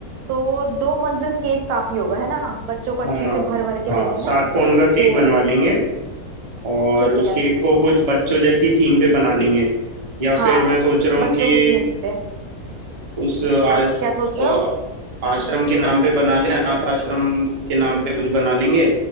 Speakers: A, on the right; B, on the right.
A: तो दो मंजिल केक काफी होगा है ना बच्चों को अच्छे
B: हाँ
A: से भर भर के
B: हाँ
A: देने
B: सात
A: में
B: पाउंड का केक
A: कि
B: बनवा लेंगे और
A: ठीक
B: उस
A: है
B: केक को कुछ बच्चों जैसी थीम पे बना लेंगे या फिर
A: हाँ
B: मैं सोच रहा
A: बच्चों
B: हूँ कि
A: के थीम पे
B: उस आश,
A: क्या सोच
B: अ,
A: रहे हो
B: आश्रम के नाम पे बना ले अनाथ आश्रम के नाम पे कुछ बना लेंगे